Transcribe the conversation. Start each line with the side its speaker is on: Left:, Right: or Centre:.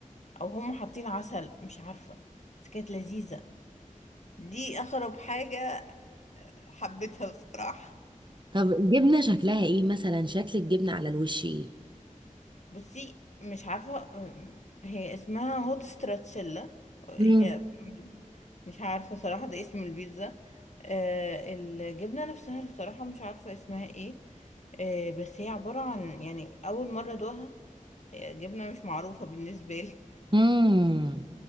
Left: أو هم حاطين عسل مش عارفة بس كانت لذيذة دي أغرب حاجة حبيتها بصراحة
Right: طب الجبنة شكلها ايه مثلا شكل الجبنة على الوش ايه
Left: بصي مش عارفة آه، هي اسمها هوت ستراتشيلا هي
Right: مم.
Left: مش عارفة صراحة ده اسم البيتزا آه، الجبنة نفسها الصراحة مش عارفة اسمها ايه آه، بس هي عبارة عن يعني أول مرة دوها هي جبنة مش معروفة بالنسبة لي
Right: مم.